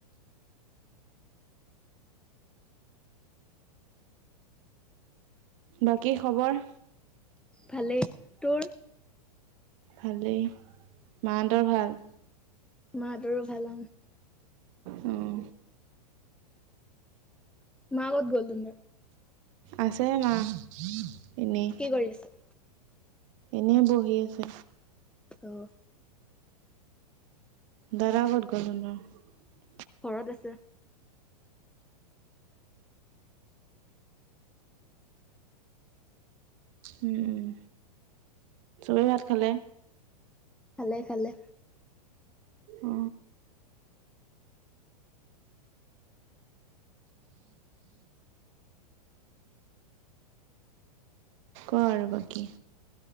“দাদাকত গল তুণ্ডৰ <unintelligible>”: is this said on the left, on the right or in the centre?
Right